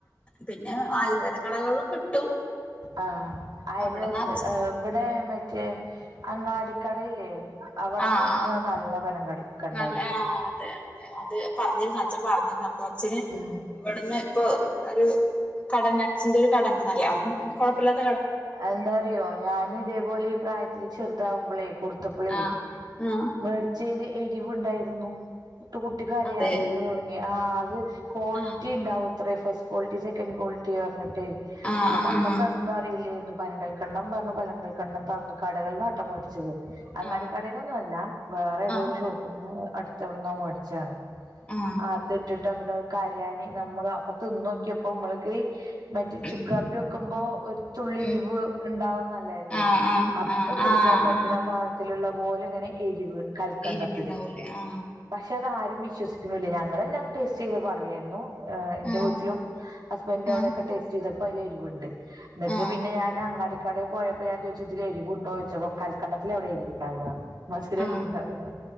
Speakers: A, on the left (about 15°); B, on the right (about 65°).
A: പിന്നെ ആയുർവേദ കടകളും കിട്ടും
B: ആഹ് ആയുർവേദത്തി
A: അവിടന്ന് അച്ഛൻ
B: ഇവിടെ മറ്റേ അങ്ങാടി കടയിലേ അവിടന്ന്
A: ആ
B: കിട്ടണ
A: ആ
B: നല്ല വനം കടാ കണ്ടായിരിക്കും
A: നല്ല ആ അതെ അത് പറഞ്ഞിരുന്നു അച്ചൻ പറഞ്ഞിരുന്നു അപ്പം ഇച്ചരെ
B: ഉം
A: ഇവിടുന്ന് ഇപ്പം ഒരു കടനേ അച്ഛന്റെ ഒരു കടഉണ്ടന്ന് അറിയാം അതും കുഴപ്പമില്ലാത
B: എന്താറിയോ ഞാൻ ഇതേപോലെ ഈ പ്രായത്തിൽ ചെ താവുമ്പോള കൊടുത്തപാളെ
A: ആ ആ
B: മേടിച് ചെലേയില് എരിവുണ്ടായിരുന്നു ഇട്ട് കുട്ടി കരയാനങ്ങട്
A: അതെ
B: തുടങ്ങി ആഹ് അത് ക്വാളിറ്റി
A: ആ
B: ഉണ്ടാവോ ഇത്ര ഫസ്റ്റ് ക്വളിറ്റി സെക്കൻ്റ് ക്വാളിറ്റി പറഞ്ഞ്
A: ആ
B: അപ്പൊ
A: ആ
B: മ്മക്ക്
A: ആ
B: അതൊന്നും അറിയില്ലേ ന്നെ പനങ്കൽക്കണ്ടം പറഞ്ഞ് പനങ്കൽക്കണ്ടം തന്നു കടകളിൽ ന്നാട്ടാ മേടിച്ചത് അങ്ങാടിക്കടയിന്നൊന്നും
A: ആ
B: അല്ല വേറെ ഏതോരു
A: ആ
B: ഷോപ്പ്ന്ന് അടുത് എവിടുന്നോ മേടിച്ചാണ്
A: ആ
B: അത്ട്ട്ട്ട് ട്ടങ്ങട് കരയാന് നമ്മള് അപ്പ തിന്നോക്കിയപ്പോ മ്മൾക്കീ മറ്റേ
A: ഉം
B: ചുക്കാപ്പി വെക്കുമ്പോ ഒരു എരുവ്
A: ഉം
B: ഇണ്ടാവണത് നല്ലതല്ലേ,
A: ആ ആ
B: അപ്പോ
A: ആ
B: കുടിക്കാൻ
A: ആ
B: പറ്റണ
A: ആ
B: പാകത്തില് ള്ള പോലെങ്ങെനെ എരിവ് കൽക്കണ്ടത്തില്
A: എരിവുണ്ടാവൂലേ ആ
B: പക്ഷെ അതാ ആരും വിശ് വിശ്വസിക്കുണൂല്ല ഞങ്ങളെല്ലാം ടെസ്റ്റ് ചെയ്ത് പറയായിരുന്നു ഏഹ് എന്റെ
A: ആ
B: വീട്ടിലും ഹസ്ബൻഡിന്റെ
A: ആ
B: അവിടെ ഒക്കെ ടേസ്റ്റ് ചെയ്ത് പ്പയിലെരിവുണ്ട് എന്നിട്ട്
A: ആ
B: പിന്നെ ഞാൻ അങ്ങാടി കട കടേ പോയപ്പോ ഞാൻ ചോദിച്ചു ഇതിൽ എരീവുണ്ടോ ചോദിച്ചപ്പോ കാൽക്കണ്ടത്തിൽ എവിടെയാ എരിവുണ്ടാവാ മസിരല്ലേ
A: ആ
B: ഇണ്ടാവ